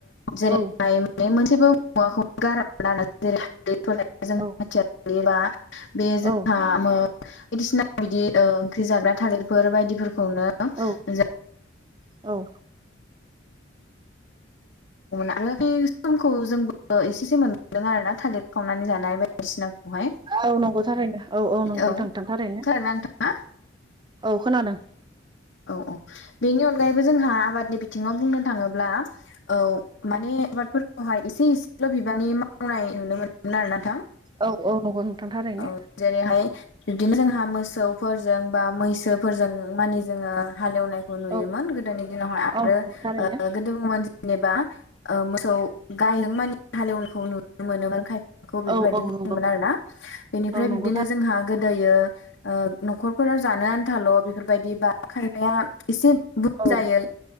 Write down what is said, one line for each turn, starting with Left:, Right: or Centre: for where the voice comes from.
Left: जेरैहाय
Right: औ
Left: माने मोनसेबो मुवाखौ गारामोन आरो जेरै <unintelligible>
Right: औ
Left: <unintelligible> बे जोंहा
Right: औ
Left: मो बायदिसिना बिदि ओंख्रि जाग्रा थालिरफोर बायदिफोरखौनो जा
Right: औ औ
Left: आरो बे समखौ जोंबो एसे एसे मोनबोदों आरोना थालिर खावनानै जानाय बा बायदिसिनाखौहाय
Right: औ नंगौ थारैनो औ नंगौ
Left: औ
Right: नोंथां थारैनो
Left: खोनादोंना नोथाङा
Right: औ खोनादों
Left: औ-औ बेनि अनगायैबो जोंहा आबादनि बिथिङाव बुंनो थाङोब्ला औ माने आबादफोरखौहाय एसे एसेल' बिबांनि मावनाय नुनो मोनोमोन आरोना नोंथां
Right: औ-औ नंगौ नोंथां थारैनो
Left: औ जेरैहाय बिदिनो जोंहा मोसौफोरजों बा मैसोफोरजों मानि जोङो हाले एवनाय खौ नुयोमोन
Right: औ
Left: गोदोनि दिनावहाय आरो
Right: औ नंगौ थारैनो
Left: गोदोमोन जेनेबा मोसौ गायजों मानि हाले एवनायखौ नुनो मोनोमोन खाय खौ बेफोरबायदि
Right: औ औ
Left: बुंङोमोन
Right: नंगौ
Left: आरोना बेनिफ्राय
Right: औ नंगौ
Left: बिब्दिनो
Right: थार
Left: जोंहा गोदोयो ओ न'खरफोराव जानो आन्थाल' बेफोरबायदि बा खायफाया एसे बुरजायै
Right: औ